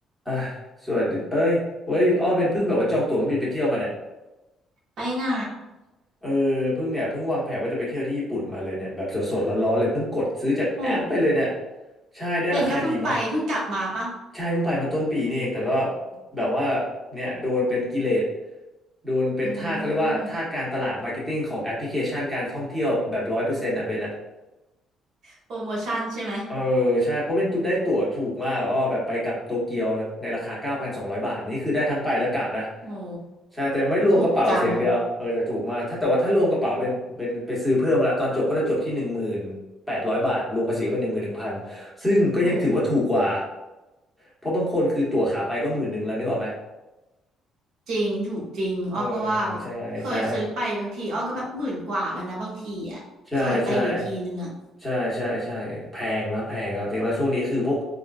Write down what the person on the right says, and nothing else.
ไปไหน
โอ้
เบนก็เพิ่งไปเพิ่งกลับมาปะ
อืมโปรโมชั่นใช่ไหม
โอ้
ถูกจัง
โอ้
จริงถูกจริงอ้อก็ว่าแบบเคยซื้อไปบางทีอ้อก็แบบหมื่นกว่าแล้วนะบางทีอ่ะเคยไปอยู่ทีนึงอ่ะ